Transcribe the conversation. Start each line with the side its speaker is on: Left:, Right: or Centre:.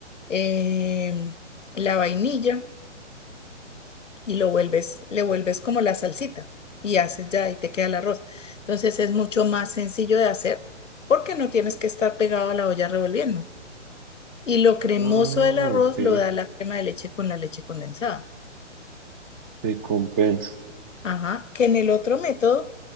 Left: em, la vainilla y lo vuelves, le vuelves como la salsita y haces ya y te queda el arroz. Entonces, es mucho más sencillo de hacer porque no tienes que estar pegado a la olla revolviendo. Y lo cremoso
Right: Ah,
Left: del arroz
Right: ok.
Left: lo da la crema de leche con la leche condensada.
Right: Se compensa.
Left: Ajá, que en el otro método